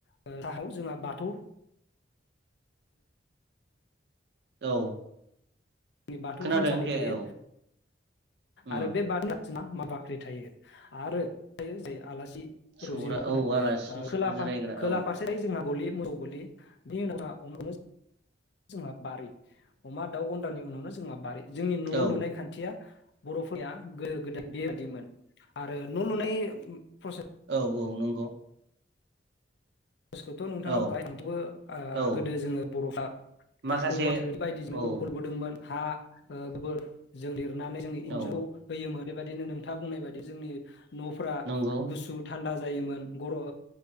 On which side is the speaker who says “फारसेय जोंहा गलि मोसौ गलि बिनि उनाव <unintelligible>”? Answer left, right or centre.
Left